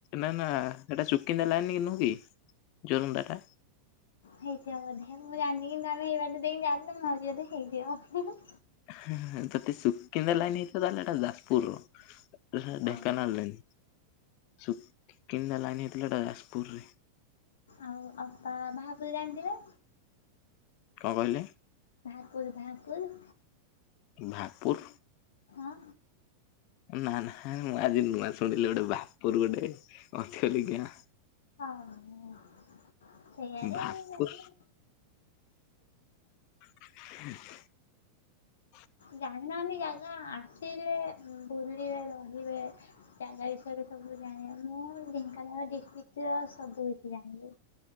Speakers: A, on the left (about 45°); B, on the left (about 65°).
A: ନା ନା ସେଟା ସୁୁକିନ୍ଦା ଲାଇନକି ନୁହୁଁ କି? ଜୋରନ୍ଦାଟା?
B: ହେଇଥିବ ବୋଧେ ମୁଁ ଜାଣନି କିନ୍ତୁ ଆମେ ଏଇ ବାଟେ ଦେଇକି ଯାଇଥିଲୁ ମାଉସୀ ହଟି ହେଇଥିବ ହୁଁ ହୁଁ।
A: ହୁଁ ହୁଁ ଯଦି ସୁକିନ୍ଦା ଲାଇନ୍ ହେଇଥିବ ତାହେଲେ ଏଟା ଯାଜପୁରର। ତ ସେଟା ଢେଙ୍କାନାଳ
B: ଆଉ
A: ଲାଇନ୍ ସୁକିକିନ୍ଦା ଲାଇନ ହେଇଥିଲେ ହେଟା ଯାଜପୁରରେ।
B: ଆଉ ଅପା ବାହାପୁର ଜାଣିଥିବେ?
A: କଣ କହିଲେ?
B: ବାହାପୁର ବାହାପୁର
A: ଭାପୁର୍
B: ହଁ
A: ନାଁ ନାଁହାଁ ମୁଁ ଆଜି ନୂଆ ଶୁଣିଲି ଗୋଟେ ବାହାପୁର ଗୋଟେ ଅଛି ବୋଲି ଗାଁ।
B: ଅ ହଁ ସେଇଆଡେ
A: ଭାପୁର
B: ମ୍ୟାରେ
A: ହୁଁ।
B: ଜାଣିନାହାନ୍ତି ଜାଗା ଆସିଲେ ବୁଲିବେ ରହିବେ। ଜାଗା ବିଷୟରେ ସବୁ ଜାଣେ ମୁଁ ଢେଙ୍କାନାଳ ଡିଷ୍ଟ୍ରିକ୍ଟର ସବୁ କିଛି ଜାଣିବି।